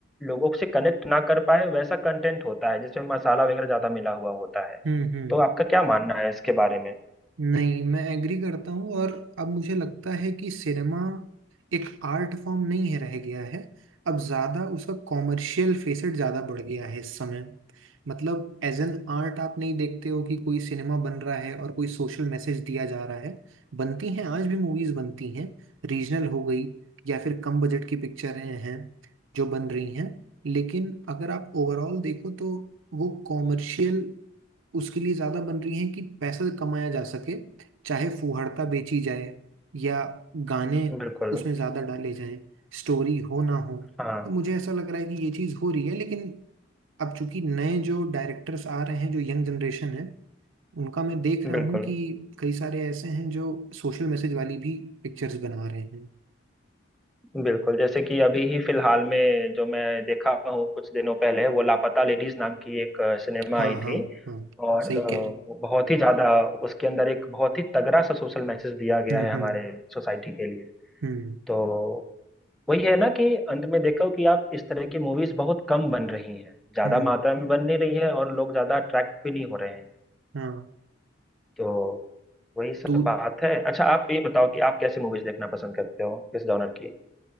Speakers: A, in the centre; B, on the right.
A: लोगों से कनेक्ट ना कर पाए वैसा कंटेंट होता है जिसमें मसाला वगैरह ज्यादा मिला हुआ होता है
B: हम्म हम्म
A: तो आपका क्या मानना है इसके बारे में
B: नहीं मैं एग्री करता हूँ और अब मुझे लगता है कि सिनेमा एक आर्ट फॉर्म नहीं है रह गया है अब ज़्यादा उसका कॉमर्शियल फेसेट ज़्यादा बढ़ गया है इस समय मतलब एज एन आर्ट आप नहीं देखते हो कि कोई सिनेमा बन रहा है और कोई सोशल मैसेज दिया जा रहा है बनती हैं आज भी मूवीज़ बनती हैं रीजनल हो गई या फिर कम बजट की पिक्चरें हैं जो बन रही हैं लेकिन अगर आप ओवरऑल देखो तो वो कॉमर्शियल उसके लिए ज्यादा बन रही हैं कि पैसा कमाया जा सके चाहे फुहाड़ता बेची जाए या गाने
A: बिल्कुल
B: उसमें ज्यादा डाले जाएं स्टोरी हो ना हो
A: हाँ
B: तो मुझे ऐसा लग रहा है कि ये चीज हो रही है लेकिन अब चूंकि नए जो डायरेक्टर्स आ रहे हैं जो यंग जनरेशन है उनका मैं देख रहा
A: बिल्कुल
B: हूँ कि कई सारे ऐसे हैं जो सोशल मैसेज वाली भी पिक्चर्स बना रहे हैं
A: बिल्कुल जैसे कि अभी ही फिलहाल में जो मैं देखा हूँ कुछ दिनों पहले वो लापता लेडीज नाम की एक सिनेमा
B: हाँ
A: आई
B: हाँ
A: थी
B: हाँ
A: और
B: सही
A: अ,
B: कह रहे
A: वो बहुत ही ज्यादा उसके अंदर एक बहुत ही तगड़ा सा सोशल मैसेज दिया गया
B: हम्म
A: है हमारे
B: हम्म
A: सोसाइटी के लिए
B: हम्म
A: तो वही है ना कि अंत में देखो कि आप इस तरह की मूवीज बहुत कम बन रही हैं ज्यादा
B: हम्म
A: मात्रा में बन नहीं रही है और लोग ज्यादा अट्रैक्ट भी नहीं हो रहे हैं
B: हाँ
A: तो वही सब
B: तू
A: बात है अच्छा आप ये बताओ कि आप कैसी मूवीज देखना पसंद करते हो किस जॉनर की